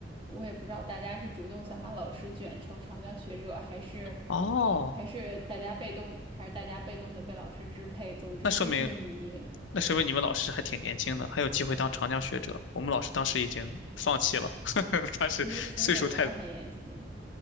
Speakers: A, on the right; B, on the left.
A: 我也不知道大家是主动想把老师卷成长江学者，还是
B: 哦，
A: 还是大家被动，还是大家被动的被老师支配。总之这是个谜，
B: 那说明那说明你们老师还挺年轻的，还有机会当长江学者。我们老师当时已经放弃了，<laughs> 他是岁数太
A: 其实其实也没有很严情，